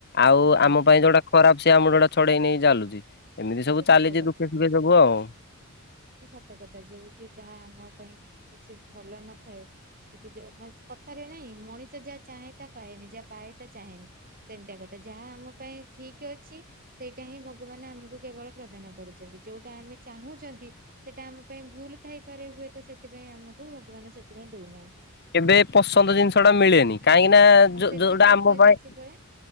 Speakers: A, on the left; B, on the right.
A: ଆଉ
B: ଆଜ୍ଞା
A: ଆମ ପାଇଁ ଯୋଉଟା ଖରାପ ସିଏ ଆମର ଯୋଉଟା ଛଡେଇ ନେଇ ଚାଲୁଛି ଏମିତି
B: ଏତ
A: ସବୁ ଚାଲିଛି
B: ସତ
A: ଦୁଃଖେ ସୁଖେ ବୁ ଆଉ
B: ସତକଥା ଯେମିତି ଯାହା ଆମ ପାଇଁ କିଛି ଭଲ ନଥାଏ <unintelligible> ସେଠି କଥାରେ ନାଇଁ ମଣିଷ ଯାହା ଚାହେଁ ତା ପାଏନି ଯାହା ପାଏ ତା ଚାହେଁନି ସେମିତିଆ କଥା ଯାହା ଆମ ପାଇଁ ଠିକ ଅଛି ସେଇଟା ହିଁ ଭଗବାନ ଆମକୁ କେବଳ ପ୍ରଦାନ କରୁଛନ୍ତି ଯୋଉଟା ଆମେ ଚାହୁଁ କହୁଛନ୍ତି ସେଟା ଆମ ପାଇଁ ଭୁଲ ଥାଇପାରେ ହୁଏତ ସେଥିପାଇଁ ଆମକୁ ଭଗବାନ ସେଥିପାଇଁ ଦଉନାହାନ୍ତି।
A: କେବେ ପସନ୍ଦ ଜିନିଷ ଟା ମିଳେନି କାହିଁକି ନା
B: ଆଉ
A: ଯୋଉଟା
B: ସେଥିପାଇଁ
A: ଆମ
B: କୁହାଯାଇଛି
A: ପାଇଁ
B: ପରା